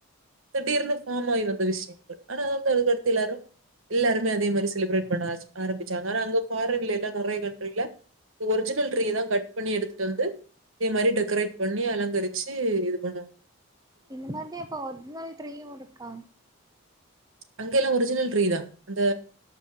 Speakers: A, on the right; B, on the right.
A: திடீர்னுஃபாம் ஆகிவந்த விஷயங்கள் ஆனா வந்து அதுக் அடுத்து எல்லாரும் எல்லாருமே அதேமாரி செலிப்ரேட் பண்ண ஆச் ஆரம்பிச்சாங்க ஆனா அங்க பாரின்ல எல்லா நிறைய கண்ட்ரில்ல ஒரிஜினல்ட்ரீய தான் கட் பண்ணி எடுத் து வந்து இதே மாரி டெக்கரேட் பண்ணி அலங்கரிச்சு இது பண்ணுவாங்
B: இந்த மாதி அப்ப ஒரிஜனல் ட்ரீயும் இருக்கா
A: அங்க எல்லாம் ஒரிஜினல் ட்ரீதான் அந்த